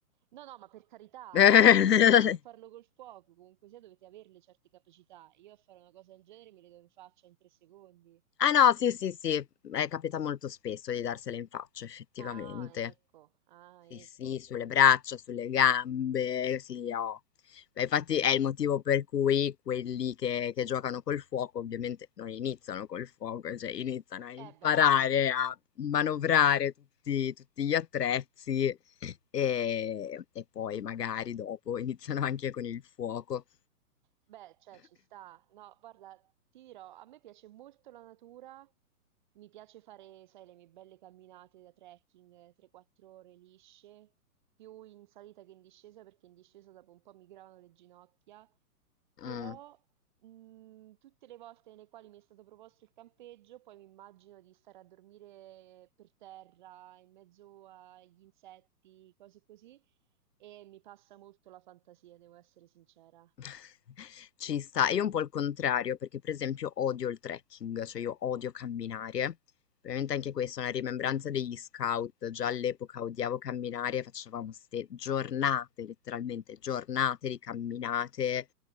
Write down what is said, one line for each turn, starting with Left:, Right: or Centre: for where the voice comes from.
Right: no, no, ma per carità,
Left: Eh,
Right: ma anche non, non farlo
Left: <laughs>
Right: col fuoco, comunque sia dovete averle certe capacità. Io a fare una cosa del genere mi le do in faccia in tre secondi.
Left: Ah no, sì, sì, sì, è capita molto spesso di darsele in faccia, effettivamente.
Right: Ah, ecco, ah,
Left: Sì,
Right: ecco.
Left: sì, sulle braccia, sulle gambe, sì, oh. Beh, infatti è il motivo per cui quelli che, che giocano col fuoco ovviamente non iniziano col fuoco, cioè iniziano a imparare
Right: Eh beh.
Left: a manovrare tutti, tutti gli attrezzi e, e poi magari dopo iniziano anche con il fuoco.
Right: Beh, cioè ci sta. No, guarda, ti dirò, a me piace molto la natura, mi piace fare, sai, le mie belle camminate da trekking, eh, 3-4 ore lisce, più in salita che in discesa, perché in discesa dopo un po' mi gravano le ginocchia, però
Left: Mm.
Right: mh, tutte le volte nelle quali mi è stato proposto il campeggio, poi mi immagino di stare a dormire per terra, in mezzo agli insetti, cose così, e mi passa molto la fantasia, devo essere sincera.
Left: <laughs> Ci sta. Io un po' il contrario, perché per esempio odio il trekking, cioè io odio camminare. Probabilmente anche questa è una rimembranza degli scout. Già all'epoca odiavo camminare, e facevamo ste giornate, letteralmente giornate di camminate.